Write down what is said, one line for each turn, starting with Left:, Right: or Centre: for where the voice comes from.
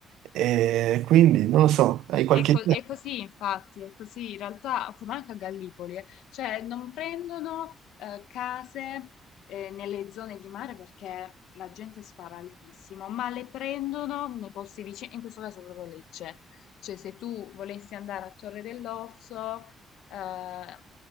Right: E quindi, non lo so, hai qualche
Left: È, co-
Right: idea?
Left: è così, infatti, è così. In realtà, come anche a Gallipoli, eh, cioè non prendono eh, case eh, nelle zone di mare perché la gente spara altissimo, ma le prendono nei posti vicini, in questo caso proprio Lecce. Cioè, se tu volessi andare a Torre dell'Orso, eh,